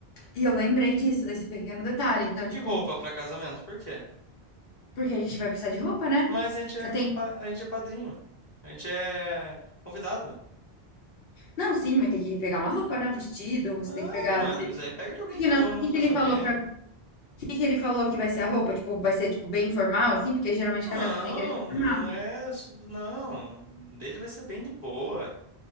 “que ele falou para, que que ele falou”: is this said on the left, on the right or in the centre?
Left